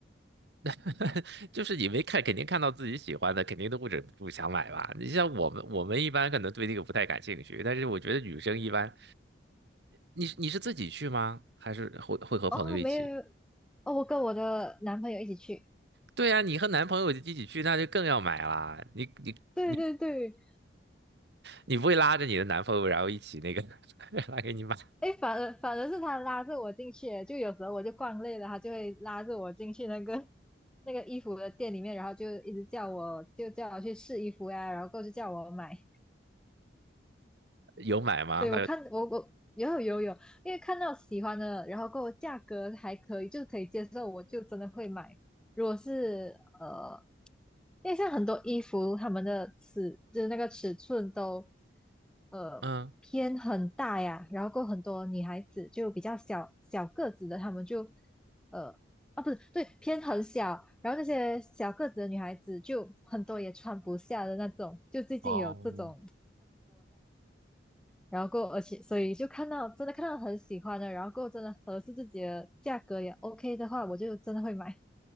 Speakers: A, on the right (about 65°); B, in the centre.
A: <laughs> 就是你没看，肯定看到自己喜欢的，肯定都不忍不住想买吧？你像我们我们一般可能对那个不太感兴趣，但是我觉得女生一般，你你是自己去吗？还是会会和朋友一起？
B: 哦，没有，哦，我跟我的男朋友一起去，
A: 对啊，你和男朋友一起去，那就更要买啦。你你你
B: 对对对，
A: 你不会拉着你的男朋友，然后一起那个 <laughs> 拉给你买，
B: 诶，反而反而是他拉着我进去诶就有时候我就逛累了，他就会拉着我进去那个 <laughs> 那个衣服的店里面，然后就一直叫我就叫我去试衣服呀，然后过后就叫我买。
A: 有买吗？
B: 对，
A: 他
B: 我看我我有有有，因为看到喜欢的，然后跟我价格还可以，就是可以接受，我就真的会买。如果是呃，因为像很多衣服，他们的尺就是那个尺寸都呃偏很大呀，
A: 嗯。
B: 然后过后很多女孩子就比较小小个子的，她们就呃啊不是对偏很小，然后那些小个子的女孩子就很多也穿不下的那种，就最近有这种
A: 哦，
B: 然后过而且所以就看到真的看到很喜欢的，然后过真的合适自己的价格也 OK 的话，我就真的会买。